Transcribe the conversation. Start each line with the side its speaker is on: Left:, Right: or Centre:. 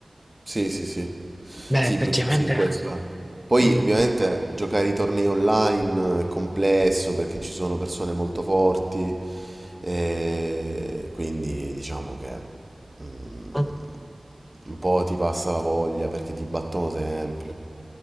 Right: Sì, sì, sì.
Left: Beh,
Right: Sì,
Left: effettivamente.
Right: più, sì, questo. Poi
Left: mm,
Right: ovviamente giocare i tornei online è complesso perché ci sono persone molto forti, e quindi diciamo che mm,
Left: mm.
Right: un po' ti passa la voglia perché ti battono sempre.